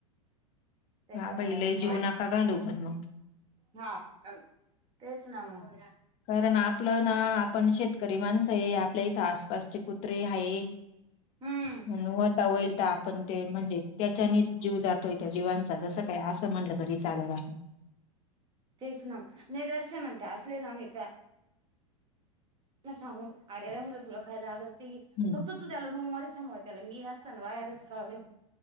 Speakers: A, on the right; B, on the left.
A: त्याच्यामुळे
B: हा पहिले
A: मग
B: जीऊ नका घालू पण मग.
A: हा तेच ना मग.
B: कारण आपलं ना आपण शेतकरी माणसं आहे, आपल्या इथं आसपासचे कुत्रे आहे.
A: हम्.
B: म्हण वता होईल तर आपण ते म्हणजे, त्याच्यानीच जीव जातोय त्या जीवांचा जस. काय असं म्हणटलं तरी चाललं बा.
A: तेच ना नाही दर्शन ते असले ना आम्ही. साऊं आरे हो तुला खायला आगल फक्त.
B: हम्म
A: तू त्याला रूम मध्ये समळ त्याला, मी नसताना वायरच काढू